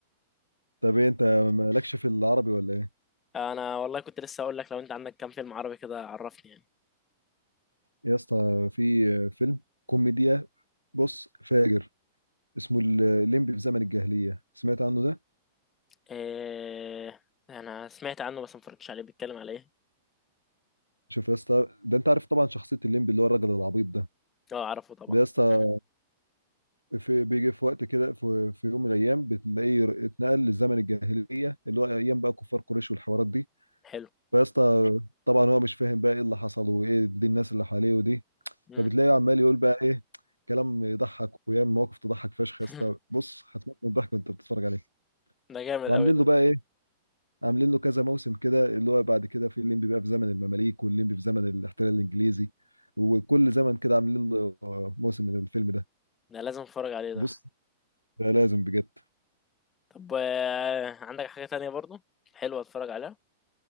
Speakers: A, on the right (about 90°); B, on the left (about 20°).
A: طب إيه، انت مالكش في العربي ولا
B: انا والله كنت لسه اقول لك لو انت عندك كام فيلم عربي كده عرفني يعني
A: يا اسطى في فيلم كوميديا بص فاجر اسمه ال- الليمبي في زمن الجاهلية سمعت عنه ده
B: إيه انا سمعت عنه بس ما اتفرجتش عليه بيتكلم على ايه
A: شوف يا اسطى ده انت عارف طبعا شخصية الليمبي اللي هو الراجل العبيط ده
B: اه اعرفه طبعا
A: ده يا اسطى
B: <laughs>
A: في بيجي في وقت كده في, في يوم من الايام بتلاقيه ر- اتنقل لزمن الجاهلية اللي هو ايام بقى كفار قريش والحوارات دي
B: حلو
A: فيا اسطى طبعا هو مش فاهم بقى ايه اللي حصل وايه دي الناس اللي حواليه ودي
B: مم.
A: فبتلاقيه عمال يقول بقى ايه كلام يضحك ويعمل مواقف تضحك فشخ
B: <laughs>
A: يا اسطى بص هتموت من الضحك وانت بتتفرج عليه
B: ده جامد
A: وعاملين
B: قوي ده
A: له بقى إيه، عاملين له كذا موسم كده اللي هو بعد كده في الليمبي بقى في زمن المماليك والليمبي في زمن الاحتلال الانجليزي وكل زمن كده عاملين له موسم من الفيلم ده
B: ده لازم اتفرج عليه ده
A: بص ده لازم بجد
B: طب آه، عندك حاجة تانية برضو حلوة اتفرج عليها